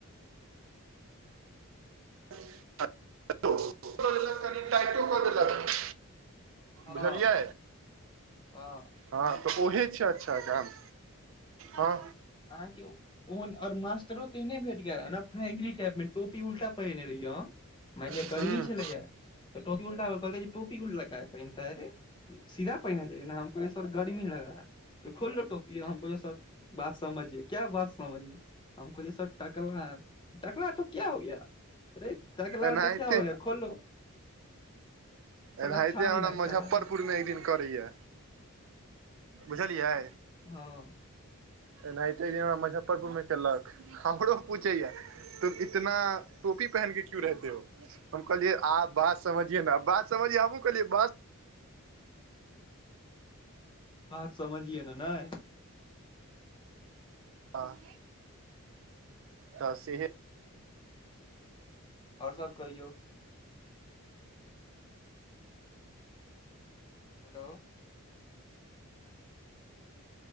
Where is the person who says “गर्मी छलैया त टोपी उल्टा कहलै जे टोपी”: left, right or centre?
Left